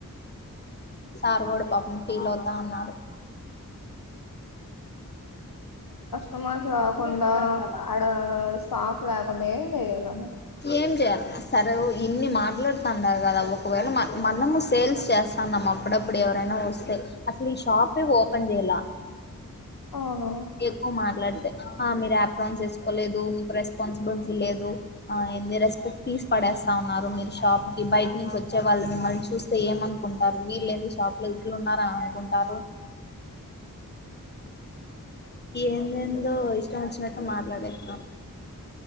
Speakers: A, on the left (about 30°); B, on the left (about 75°).
A: సార్ గూడా పాపం ఫీల్ అవుతా ఉన్నాడు <inaudible>
B: నమాజ్ చదవకుండా అడ స్టాక్ లేకుండా ఏం చేయాలని
A: ఏం చేయాలి సరే ఇన్ని మాట్లాడంరు కదా ఒకవేళ మనము సేల్స్ చేస్తన్నాం అప్పుడప్పుడే ఎవ్వరైనా వస్తే అసలు ఈ షాపే ఓపన్ చేయలా
B: అవును
A: ఎక్కువ మాట్లాడితే ఆ మీరపన్ చేసుకోలేదు మీకు రెస్పాన్సిబిలిటీ లేదు అ ఎన్ని రెస్పెక్ట్ తీసి పడేస్తా ఉన్నారు మీరు షాప్కి బయట నుంచి వచ్చే వాళ్ళు మిమ్మల్ని చూస్తే ఏమనుకుంటా వీల్లెంది షాప్ల ఇట్లున్నారానుకుంటారు ఎందెందో ఇష్టం వచ్చినట్టు మాట్లాడేస్నారు